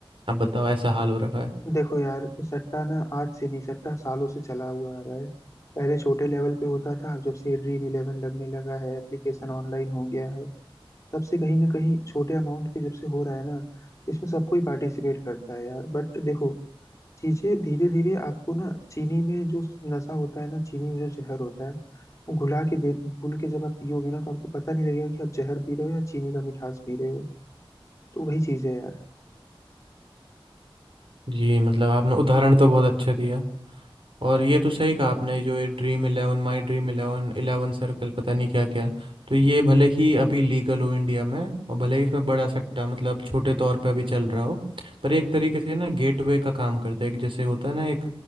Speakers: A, on the right; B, on the left.
A: अब बताओ ऐसा हाल हो रखा है
B: देखो यार सट्टा ना आज से नहीं सट्टा सालों से चला हुआ आ रहा है पहले छोटे लेवल पे होता था अब जब से ड्रीम इलेवन लगने लगा है एप्लीकेशन ऑनलाइन हो गया है तब से कहीं ना कहीं छोटे अमाउंट पे जब से हो रहा है ना इसमें सबको ही पार्टिसिपेट करता है यार बट देखो चीजें धीरे धीरे आपको ना चीनी में जो नशा होता है ना चीनी में जो जहर होता है वो घुला के दे घुल के जब आप पियोगे ना तो आपको पता नहीं लगेगा कि आप जहर पी रहे हो या चीनी का मिठास पी रहे हो तो वही चीज है यार
A: जी मतलब आपने उदाहरण तो बहुत अच्छा दिया और ये तो सही कहा आपने जो ये dream eleven my dream eleven eleven circle पता नहीं क्या क्या तो ये भले ही अभी लीगल हो इंडिया में और भले ही इसमें बड़ा सट्टा मतलब छोटे तौर पे अभी चल रहा हो पर ये एक तरीके से ना गेटवे का काम करता है एक जैसे होता है ना एक